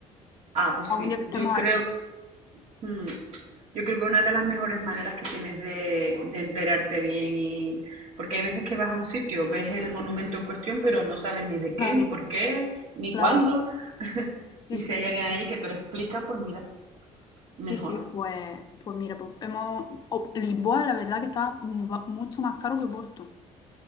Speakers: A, on the right; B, on the left.
A: Ah, pues
B: algún
A: sí.
B: día que estemos
A: Yo creo
B: allí,
A: Mm. Yo creo que una de las mejores maneras que tienes de, de enterarte bien y porque hay veces que vas a un sitio, ves el monumento en cuestión, pero no sabes ni de qué,
B: claro.
A: ni por qué, ni
B: Claro,
A: cuándo. <laughs>
B: sí,
A: Y
B: sí,
A: si hay
B: sí,
A: alguien
B: sí.
A: allí que te lo explica, pues mira, mejor.
B: Sí, sí, pues, pues mira, pues hemos. o- Lisboa, la verdad que está mu- va- mucho más caro que Porto.